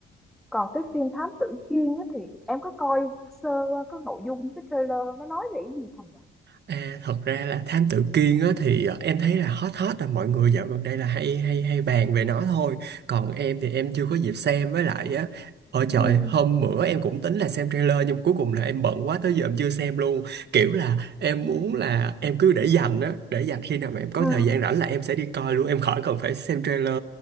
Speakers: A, in the centre; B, on the right.
A: Còn cái phim Thám Tử Kiên á thì em có coi sơ qua cái nội dung cái trailer nó nói về cái gì Thành nhỉ?
B: À, thật ra là Thám Tử Kiên á, thì ờ, em thấy là hot hot là mọi người dạo gần đây là hay hay hay bàn về nó thôi. Còn em thì em chưa có dịp xem với lại á Ôi trời,
A: ừ
B: hôm bữa em cũng tính là xem trailer nhưng cuối cùng là em bận quá tới giờ em chưa xem luôn. Kiểu là em muốn là em cứ để dành á, để dành khi nào mà em có
A: ừ
B: thời gian rảnh là em sẽ đi coi luôn, em khỏi cần phải xem trailer.